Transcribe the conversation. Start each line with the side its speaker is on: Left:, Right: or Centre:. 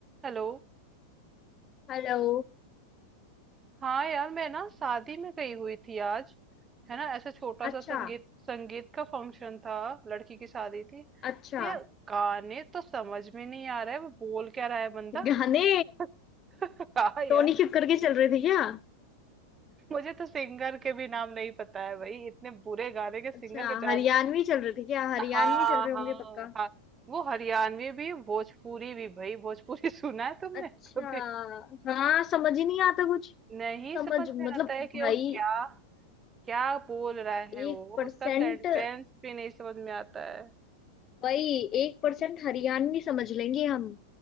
Right: Hello
Left: हेलो
Right: हाँ यार मैं ना शादी में गई हुई थी आज है ना ऐसे छोटा
Left: अच्छा
Right: सा संगीत संगीत का फंक्शन था लड़की की शादी थी तो
Left: अच्छा
Right: यार गाने तो समझ में नहीं आ रहा है वो बोल क्या रहा है बंदा
Left: गाने
Right: <laughs> हाँ यार
Left: टोनी कक्कर के चल रहे थे क्या
Right: मुझे तो सिंगर के भी नाम नहीं पता है भाई इतने बुरे गाने के सिंगर
Left: अच्छा
Right: के जानने
Left: हरियाणवी चल रहे थे क्या हरियाणवी
Right: हाँ
Left: चल रहे होंगे
Right: हाँ
Left: पक्का
Right: हाँ वो हरियाणवी भी भोजपुरी भी भाई भोजपुरी <laughs> सुना है तुमने
Left: अच्छा
Right: कभी
Left: हाँ समझ ही नहीं आता कुछ
Right: नहीं
Left: समझ
Right: समझ
Left: मतलब
Right: में आता है कि
Left: भाई
Right: वो क्या क्या बोल रहा
Left: एक
Right: है वो
Left: परसेंट
Right: उसका सेंटेंस भी नहीं समझ में आता है
Left: वही एक परसेंट हरियाणवी समझ लेंगे हम